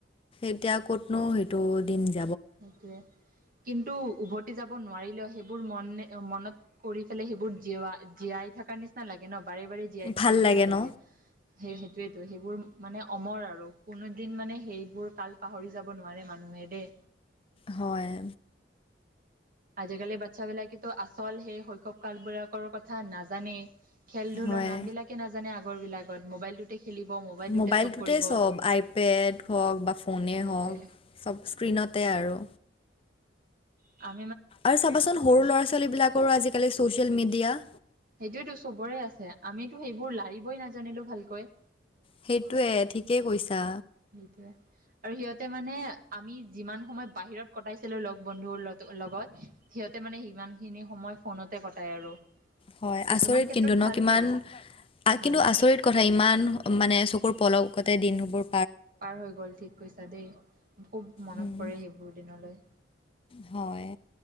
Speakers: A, on the left; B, on the right.
A: ইতিয়া ক'তনো স
B: সেইটোৱে কিন্তু উভতি যাব যাব নোৱাৰিলেও সেইবোৰ মন এ মনত কৰি পেলাই সেইবোৰ জীয়াই থকা নিচিনা লাগে ন বাৰে বাৰে জীয়াই থকাৰ
A: ভাল
B: নিচিনা লাগে
A: ন
B: সেই যেতো সেইবোৰ মানে অমৰ আৰু কোনোদিন মানে সেইবোৰ কাল পাহৰি যাব নোৱাৰে মানুহে দেই
A: হয়
B: আজিকালি বাচ্ছাবলাকেটো আচল সেই শৈশৱ কাল বিলাকৰ কথা নাজানেই খেল ধূলৰ
A: হয়।
B: নাম বিলাকে নাজানে আগৰ বিলাকত মোবাইলটোতে খেলিব
A: মোবাইলটোতে
B: চব কৰিব
A: সব আইপেড হওক বা ফোনে
B: সেইটোৱে
A: হওক চব স্ক্ৰীণতে আৰু
B: অ
A: আৰু চাবাচোন সৰু ল'ৰা ছোৱালীবিলাকৰো আজিকালি ছ'চিয়েল মিডিয়া
B: সেইটোয়তো চবৰে আছে আমিতো সেইবোৰ লাৰিবই নাজানিলো ভালকৈ
A: সেইটয়ে ঠিকেই কৈছা
B: সেইটয়ে আৰু সিহঁতে মানে আমি যিমান সময় বাহিৰত কটাইছিলো লগ বন্ধুৰ লগ লগত সিহতে মানে সিমান খিনি সময় ফোনতে কটাই আৰু
A: হয়
B: কিছুমান
A: আচৰিত
B: ক্ষেত্ৰত
A: কিন্তু ন
B: ভাল
A: কিমান
B: বাৰু হয়
A: কিন্তু
B: হয়
A: আচৰিত কথা ইমান মানে চকুৰ পলকতে দিনবোৰ
B: পাৰ হৈ গ'ল ঠিক কৈছা দেই খুব মনত
A: উম,
B: পৰে সেইবোৰ দিনলৈ
A: হয়